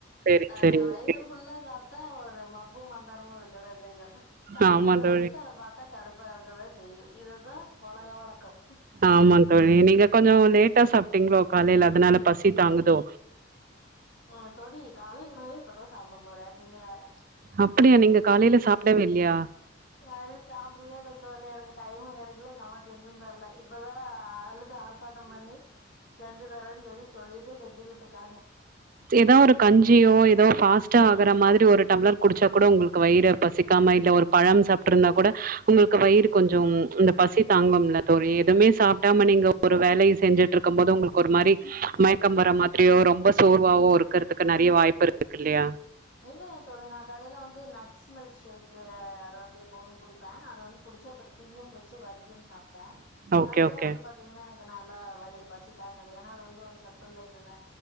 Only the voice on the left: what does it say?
அது
வயிறு
ஃபுல்லா சாப்ட்டா ஒரு மப்பு மந்தாரமும் இருக்கதான் செய்யும் சாப்படாதவங்களுக்கு
அத பாத் கடுப்பா இருக்கத்தான் செய்யும் இதுதான் உலக வழக்கம்
அ தோழி காலை உணவே இப்பதான் சாப்பிட போறேன் நீங்க வேற
காலைல சாப்பிடவே இல்ல தோழி எனக்கு டைமும் கெடைக்கல எங்க அம்மாவும் செஞ்சும் தரல ல இப்பதான் அழுது ஆர்ப்பாட்டம் பண்ணி செஞ்சு தரேன் சொல்லி சொல்லிட்டு செஞ்சுகிட்டு இருக்காங்க
இல்லயே தோழி நான் காலைல வந்து ந நட்ஸ் மில்க் ஷேக்கு அது வந்து எப்பவுமே குடிப்பேன் அது வந்து குடிச்சு அப்புறம் டீயும் வெ ச்சு வர்க்கியும் சாப்பிட்டேன்
அதே
வந்து பாத்தீங்கன்னா எனக்கு நல்லா வயிறு பசி தாங்குல ஏன்னா அதுல எந்து ஒரு சத்து இல்ல இல்லையா